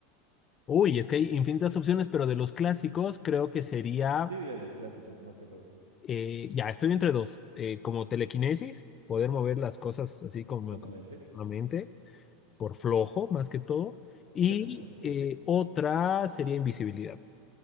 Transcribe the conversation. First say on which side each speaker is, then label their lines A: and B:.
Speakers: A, on the left; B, on the right.
A: uy, es que hay infinitas opciones, pero de los clásicos creo que sería,
B: sí, de los clásicos, más que todo.
A: eh, ya, estoy entre dos, eh, como telequinesis, poder mover las cosas así como
B: ¿Con
A: con
B: la mente?
A: la mente por flojo más que todo. Y
B: <laughs> Ok.
A: eh, otra sería invisibilidad.